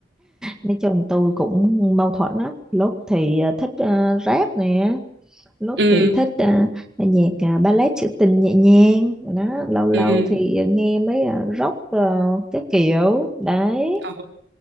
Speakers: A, in the centre; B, on the right.
A: nói chung tôi cũng mâu thuẫn lắm lúc thì à, thích à, rap nè lúc
B: Ừ,
A: thì thích à, nhạc à, ballet trữ tình nhẹ nhàng đó lâu lâu
B: ừ,
A: thì nghe mấy à, rock à, cái kiểu đấy
B: ờ,